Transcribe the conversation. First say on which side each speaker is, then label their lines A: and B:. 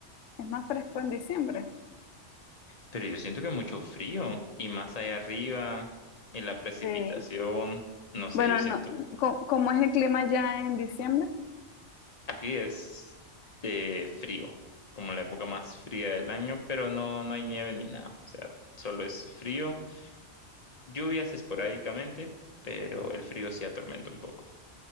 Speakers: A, on the left; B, on the left.
A: Es más fresco en diciembre.
B: Pero yo siento que mucho frío y más allá arriba y la precipitación,
A: Sí.
B: no sé,
A: Bueno,
B: yo siento.
A: no, ¿cómo, cómo es el clima ya en diciembre?
B: Aquí es eh, frío, como la época más fría del año, pero no, no hay nieve ni nada. O sea, solo es frío, lluvias esporádicamente, pero el frío sí atormenta un poco.